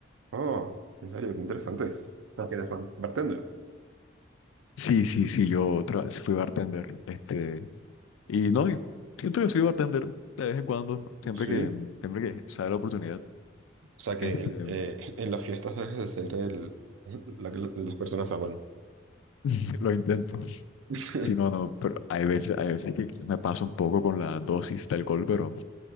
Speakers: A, on the right (about 80°); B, on the left (about 85°).
A: ah, en serio, qué interesante. Ah, que eres bar- bartender.
B: Sí, sí, sí, yo tra- fui bartender. Este, y no, y siento que soy bartender de vez en cuando, siempre
A: Sí.
B: que,
A: O
B: siempre que sale la oportunidad,
A: sea que
B: este,
A: en, eh, <laughs> en las fiestas debes de ser el, <laughs> la que las personas aman.
B: <laughs> lo intento.
A: <laughs>
B: Sí, no, no, pero hay veces, hay veces que quizás me paso un poco con la dosis de alcohol, pero